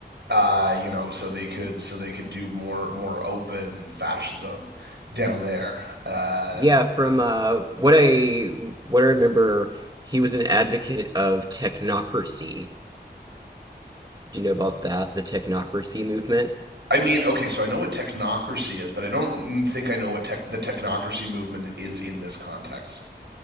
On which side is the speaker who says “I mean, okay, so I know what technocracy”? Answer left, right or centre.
Right